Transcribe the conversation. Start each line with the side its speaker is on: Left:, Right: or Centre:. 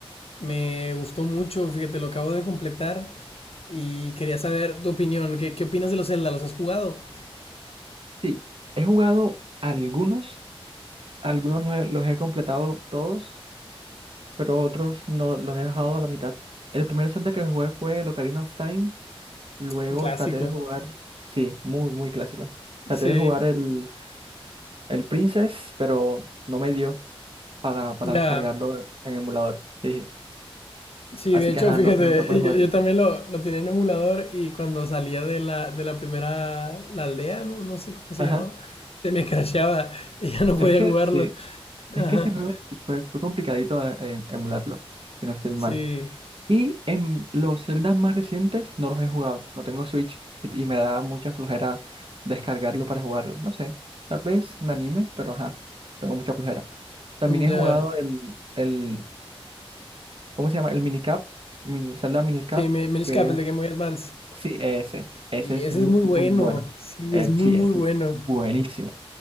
Left: me gustó mucho. Fíjate, lo acabo de completar y quería saber tu opinión. ¿Qué, qué opinas de los Zelda? ¿Los has jugado?
Right: sí, he jugado algunos, algunos los he, los he completado todos, pero otros no los he dejado a la mitad. El primer Zelda que jugué fue el Ocarina of Time, luego
Left: Un Clásico.
Right: traté de jugar, sí, muy, muy clásico. Traté
Left: Sí,
Right: de jugar el, el Princess, pero no me dio para, para
Left: ya.
Right: descargarlo en emulador. sí.
Left: Sí,
Right: Así
Left: de hecho,
Right: que ajá,
Left: fíjate,
Right: no- nunca puedes jugarlo.
Left: yo, yo también lo, lo tenía en emulador y cuando salía de la, de la primera, la aldea, no, no sé cómo se
Right: Ajá,
Left: llamaba, se me crasheaba y ya no podía
Right: es que
Left: jugarlo.
Right: sí. Es
Left: Ajá.
Right: que ese juego sí fue, fue complicadito de- eh, emularlo, si no estoy mal.
Left: Sí,
Right: Y en los Zeldas más recientes no los he jugado, no tengo Switch y, y me da mucha flojera descargarlo para jugarlo. No sé, tal vez me anime, pero ajá, tengo mucha flojera. También
Left: mm,
Right: he
Left: ya.
Right: jugado el, el ¿cómo se llama? El Minicap, mini, Zelda Minicap,
Left: Sí, Mi- Minish
Right: que
Left: Cap, el
Right: es,
Left: de Game Boy Advance.
Right: sí, ese, ese
Left: Sí,
Right: es
Left: ese
Right: muy,
Left: es muy bueno.
Right: muy bueno.
Left: Sí,
Right: Eh,
Left: es muy,
Right: sí,
Left: muy
Right: ese
Left: bueno.
Right: es buenísimo.